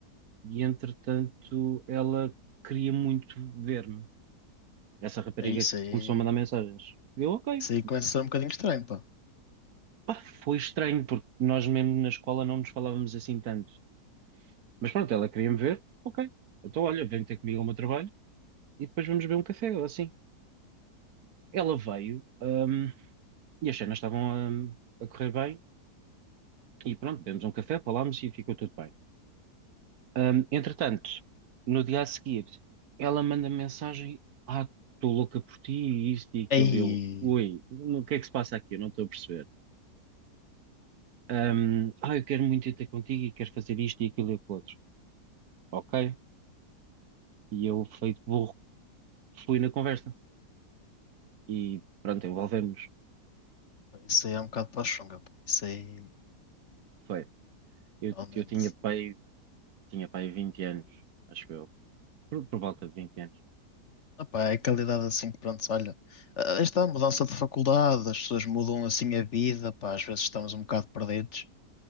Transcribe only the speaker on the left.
É isso aí.
Isso aí começa a ser um bocadinho estranho, pá.
Aí,
isso aí é um bocado para a chunga, pá. Isso aí,
realmente.
Epá, é qualidade assim, pronto, olha, eh, esta mudança de faculdade, as pessoas mudam assim a vida, pá, às vezes estamos um bocado perdidos,